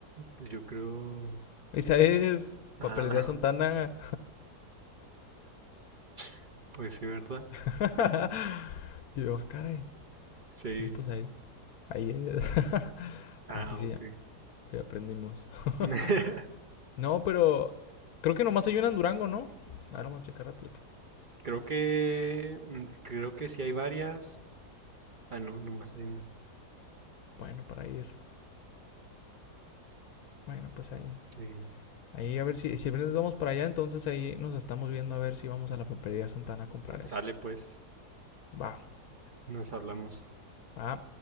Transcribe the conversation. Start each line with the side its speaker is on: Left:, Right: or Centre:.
Right: Pues yo creo.
Left: Esa es.
Right: Ah,
Left: Papelería Santana.
Right: <laughs> pues sí, ¿verdad?
Left: <laughs> y yo, ah, caray.
Right: Sí.
Left: Sí, pues ahí. Ahí es. <laughs>
Right: Ah,
Left: Así se
Right: ok.
Left: llama. Ya aprendimos. <laughs>
Right: <laughs>
Left: no, pero. Creo que nomás hay una en Durango, ¿no? A ver, vamos a checar rápido.
Right: Creo que. mm, Creo que sí hay varias. Ah, no, nomás hay una.
Left: Bueno, para ir. Bueno, pues ahí.
Right: Sí.
Left: Ahí a ver si, si viernes vamos para allá, entonces ahí nos estamos viendo a ver si vamos a la papelería Santana a comprar
Right: Sale
Left: eso.
Right: pues,
Left: Va,
Right: nos hablamos.
Left: va.